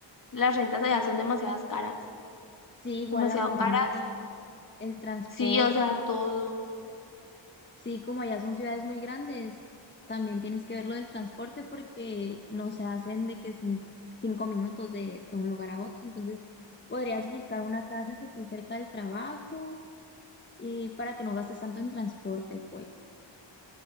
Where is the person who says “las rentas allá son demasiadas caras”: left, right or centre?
Left